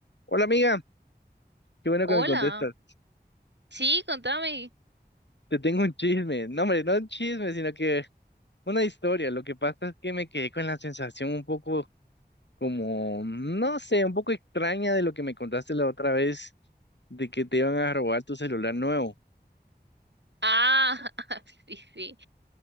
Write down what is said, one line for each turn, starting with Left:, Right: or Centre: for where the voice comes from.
Left: Hola amiga, qué bueno
Right: Hola,
Left: que me contestas.
Right: sí, contame.
Left: Te tengo un chisme. No, hombre, no un chisme, sino que una historia. Lo que pasa es que me quedé con la sensación un poco como, no sé, un poco extraña de lo que me contaste la otra vez, de que te iban a robar tu celular nuevo.
Right: Ah, <laughs> sí, sí.